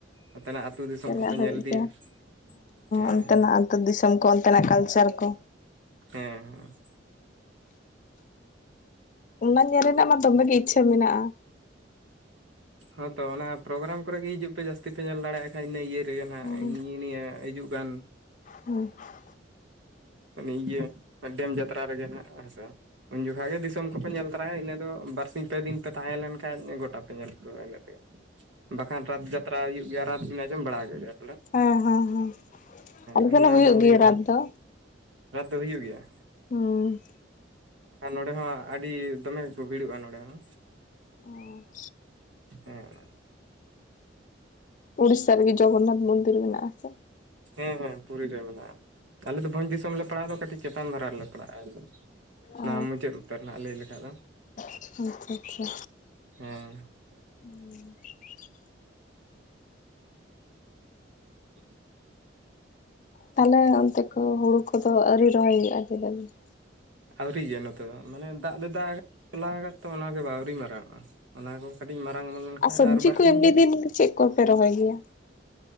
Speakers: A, on the right; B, on the left.
A: ᱱᱚᱛᱮᱱᱟᱜ ᱟᱹᱛᱩ ᱫᱤᱥᱚᱢ
B: ᱪᱟᱞᱟᱜ
A: ᱠᱚᱯᱮ
B: ᱞᱟᱜᱤᱫ
A: ᱧᱮᱞ ᱤᱫᱤᱭᱟ
B: ᱜᱮ
A: ᱦᱮᱸ
B: ᱚᱱᱛᱮᱱᱟᱜ᱾ ᱟᱱᱛᱮ ᱫᱤᱥᱚᱢ ᱠᱚ ᱚᱱᱛᱮᱱᱟᱜ ᱠᱟᱞᱪᱟᱨ ᱠᱚ᱾
A: ᱦᱮᱸ
B: ᱚᱱᱟ ᱧᱮᱞ ᱨᱮᱱᱟᱜ ᱢᱟ ᱫᱚᱢᱮ ᱜᱮ ᱤᱪᱪᱷᱟᱹ ᱢᱮᱱᱟᱜ-ᱟ᱾
A: ᱦᱚᱸᱛᱚ ᱚᱱᱟ ᱯᱨᱳᱜᱨᱟᱢ ᱠᱚᱨᱮᱜ ᱜᱮ ᱦᱤᱡᱩᱜ ᱯᱮ ᱡᱟᱹᱥᱛᱤ ᱯᱮ ᱧᱮᱞ ᱫᱟᱲᱮᱭᱟᱜ-ᱟ ᱾ ᱦᱮᱸ ᱤᱱᱟᱹ ᱤᱭᱟᱹ ᱨᱮᱜᱮ ᱱᱟᱦᱟᱜ
B: ᱦᱮᱸ
A: ᱱᱤᱭᱟᱹ ᱱᱤᱭᱟᱹ ᱦᱤᱡᱩᱜ ᱠᱟᱱ᱾
B: <unintelligible>
A: ᱤᱭᱟᱹ ᱰᱮᱢ ᱡᱟᱛᱨᱟ ᱨᱮᱜᱮ ᱱᱟᱜ ᱦᱮᱸ ᱥᱮ ᱩᱱ ᱡᱚᱠᱷᱟ ᱜᱮ ᱫᱤᱥᱚᱢ ᱠᱚ᱾ ᱧᱮᱞ ᱛᱟᱨᱟᱭᱟ ᱤᱱᱟᱹ ᱫᱚ ᱵᱟᱨᱥᱤᱧ᱾ ᱯᱮ ᱫᱤᱱ ᱯᱮ ᱛᱟᱦᱮᱸ ᱞᱮᱱ ᱠᱷᱟᱡ ᱜᱚᱴᱟ ᱯᱮ ᱧᱮᱞ ᱯᱩᱨᱟᱹᱜ-ᱟ ᱤᱱᱟᱹ ᱜᱮ ᱵᱟᱠᱷᱟᱱ ᱨᱟᱛ ᱡᱟᱛ᱾ ᱡᱟᱛᱨᱟ ᱦᱩᱭᱩᱜ ᱜᱮᱭᱟ ᱨᱟᱛ ᱵᱮᱱ ᱟᱸᱡᱚᱢ ᱵᱟᱲᱟ ᱟᱠᱟᱫᱟ ᱜᱮᱭᱟ ᱾
B: ᱦᱚᱸ ᱦᱚᱸ ᱦᱚᱸ ᱟᱞᱮ
A: ᱚᱱᱟ
B: ᱥᱮᱫ ᱦᱚᱸ ᱦᱩᱭᱩᱜ ᱜᱮᱭᱟ
A: ᱦᱩᱭᱩᱜᱼᱟ
B: ᱨᱛᱱ
A: ᱱᱟᱜ
B: ᱫᱚ᱾
A: ᱨᱟᱛ ᱫᱚ ᱦᱩᱭᱩᱜ ᱜᱮᱭᱟ᱾
B: ᱩᱸ
A: ᱱᱚᱰᱮ ᱦᱚᱸ ᱟᱹᱰᱤ ᱫᱚᱢᱮ ᱜᱮᱠᱚ ᱵᱷᱤᱲᱚᱜ-ᱟ ᱱᱚᱸᱰᱮ ᱦᱚᱸ᱾
B: ᱦᱚᱸ
A: ᱦᱮᱸ
B: ᱩᱲᱤᱥᱟ ᱨᱮᱜᱮ ᱡᱚᱜᱚᱱᱱᱟᱛᱷ ᱢᱚᱱᱫᱤᱨ ᱢᱮᱱᱟᱜ ᱟᱥᱮ᱾
A: ᱦᱮᱸ ᱦᱮᱸ ᱯᱩᱨᱤ ᱨᱮ ᱢᱮᱱᱟᱜ-ᱟ, ᱟᱞᱮ ᱫᱚ ᱵᱷᱚᱡᱽ ᱫᱤᱥᱚᱢ ᱞᱮ ᱯᱟᱲᱟᱣ ᱫᱚ ᱠᱟᱹᱴᱤᱡ ᱪᱮᱛᱟᱱ ᱫᱷᱟᱨᱟ ᱨᱮᱞᱮ᱾ ᱯᱟᱲᱟᱜ -ᱟ ᱚᱱᱟ
B: ᱚ
A: ᱢᱩᱪᱟᱹᱫ ᱩᱛᱟᱹᱨ ᱨᱮᱱᱟᱜ ᱞᱟᱹᱭ ᱞᱮᱠᱷᱟᱡ ᱫᱚ᱾
B: ᱟᱪᱪᱷᱟ ᱟᱪᱪᱷᱟ
A: ᱦᱮᱸ
B: <unintelligible>
A: <unintelligible>
B: ᱛᱟᱦᱚᱞᱮ ᱚᱱᱛᱮ ᱠᱩ ᱦᱩᱲᱩ ᱠᱚᱫᱚ ᱟᱹᱣᱨᱤ ᱨᱚᱦᱚᱭ ᱦᱩᱭᱩᱜ-ᱟ <inaudible>
A: ᱟᱹᱣᱨᱤ ᱜᱮᱭᱟ ᱱᱚᱛᱮ ᱫᱚ, ᱢᱟᱱᱮ ᱫᱟᱜ ᱫᱚ ᱫᱟᱜ ᱟᱠᱟᱫ ᱛᱚᱞᱟ ᱠᱟᱫ ᱛᱚ ᱚᱱᱟᱜᱮ ᱟᱹᱣᱨᱤ ᱢᱟᱨᱟᱝ ᱚᱜ-ᱟ᱾ ᱚᱱᱟ ᱠᱚ ᱠᱟᱹᱴᱤᱡ ᱢᱟᱨᱟᱝ ᱚᱢᱚᱱ ᱞᱮᱱᱠᱷᱟᱱ
B: ᱥᱚᱵᱽᱡᱤ
A: ᱟᱨ ᱵᱟᱨᱥᱤᱧ
B: ᱠᱚ ᱮᱢᱱᱤ
A: ᱜᱟᱱ᱾
B: ᱫᱤᱱ ᱪᱮᱫ ᱠᱚᱯᱮ ᱨᱚᱦᱚᱭ ᱜᱮᱭᱟ?